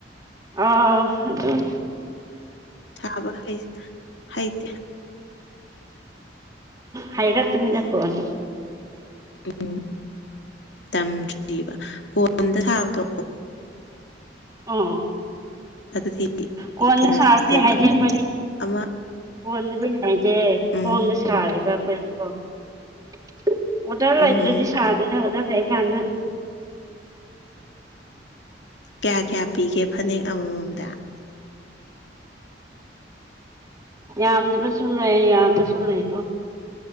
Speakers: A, on the right (about 20°); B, on the left (about 75°).
A: ꯑꯥꯎ ꯑꯗꯨꯝ
B: ꯆꯕ ꯍꯥꯏꯗꯤ
A: ꯍꯥꯏꯔꯀꯅꯤꯗꯔ ꯀꯅꯣ
B: ꯎꯝ ꯇꯝꯗ꯭ꯔꯤꯕ ꯀꯣꯟꯝꯗ ꯊꯥꯕꯗꯣ
A: ꯑꯣ
B: ꯑꯗꯨꯗꯤ
A: ꯀꯣꯟꯅ
B: ꯀꯩꯅꯣ
A: ꯁꯥꯕꯗꯤ
B: ꯇꯧꯗꯦꯕ
A: ꯍꯥꯏꯖꯦ ꯑꯩꯈꯣꯏꯒꯤ
B: ꯑꯃ
A: ꯀꯣꯟꯕꯗꯤ ꯍꯥꯏꯗꯦ
B: ꯎꯝ
A: ꯈꯣꯡꯗ ꯁꯥꯔꯤꯕ ꯑꯩꯈꯣꯏ ꯑꯣ ꯑꯣꯗꯔ ꯂꯩꯇ꯭ꯔꯗꯤ
B: ꯎꯝ
A: ꯁꯥꯗꯣꯏꯅꯦ ꯑꯣꯗꯔ ꯂꯩꯀꯥꯟꯗ
B: ꯀꯌꯥ ꯀꯌꯥ ꯄꯤꯒꯦ ꯐꯅꯦꯛ ꯑꯃꯃꯝꯗ꯫ <inaudible>
A: ꯌꯥꯝꯗꯕꯁꯨ ꯂꯩ ꯌꯥꯝꯕꯁꯨ ꯂꯩꯀꯣ